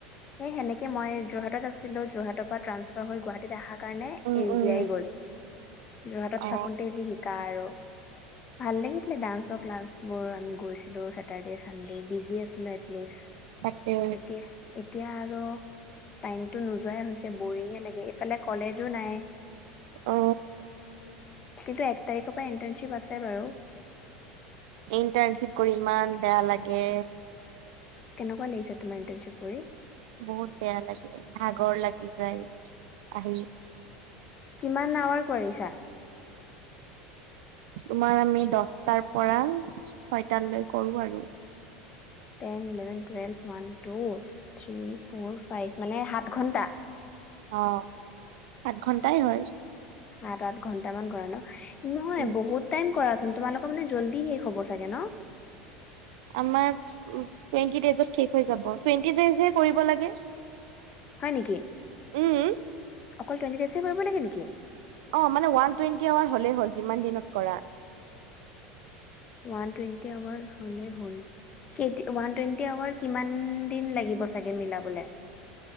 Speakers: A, on the left; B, on the right.
A: সেনেকে মই যোৰহাটত আছিলো, যোৰহাটৰ পৰা ট্ৰান্ফাৰ হৈ গুৱাহাটীত আহা কাৰণে
B: উম
A: এৰি
B: উম
A: দিয়া গ'ল। যোৰহাটত
B: অ
A: থাকোতেই যি শিকা আৰু, ভাল লাগিছে আছিলে ডান্সৰ ক্লাছবোৰ আমি গৈছিলো। চেটাৰ্ডে, চানডে বিজি আছিলো এটলিষ্ট
B: তাকে।
A: এতিয়া এতিয়া আৰু টাইমতটো নোযোৱাই হৈছে, বৰিঙে লাগে। এইফালে কলেজো নাই।
B: অ
A: কিন্তু এক তাৰিখৰ পৰা ইন্টাৰ্ণশ্বিপ আছে বাৰু
B: ইণ্টাৰণশ্বিপ কৰি ইমান বেয়া লাগে।
A: কেনেকুৱা লাগিছে তোমাৰ ইণ্টাৰ্ণশ্বিপ কৰি?
B: বহুত বেয়া লাগে, ভাগৰ লাগি যায়। আহি।
A: কিমান আৱাৰ কৰিছা?
B: তোমাৰ আমি দশটাৰ পৰা ছয়টালৈ কৰো আৰু।
A: Ten, eleven, twelve one, two, three, four, five মানে সাত ঘণ্টা?
B: অঁ আঠ ঘণ্টাই হয়।
A: সাত আঠ ঘন্টা মান কৰা ন? নহয়
B: উম
A: বহুত টাইম কৰাচোন। তোমালোকৰ মানে জল্দি শেষ হ'ব চাগে ন?
B: আমাৰ টোৱেন্তি দেইজত শেষ হৈ যাব। টোৱেন্তি দেইজৰ কৰিব লাগে।
A: হয় নেকি?
B: উম
A: অকল টুৱেন্টি ডেছ এ কৰিব লাগে নেকি?
B: অঁ মানে ওৱান টুৱেণ্টি আৱাৰ হ'লেই হ'ল যিমান দিনত কৰা।
A: ওৱান টুৱেণ্টি আৱাৰ হ'লেই হ'ল। কেদি, ওৱান টুৱেণ্টি আৱাৰ কিমান দিন লাগিব চাগে মিলাবলে?